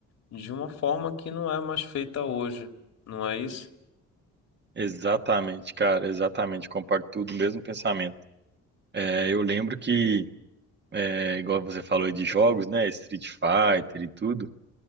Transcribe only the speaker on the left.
de uma forma que não é mais feita hoje, não é isso?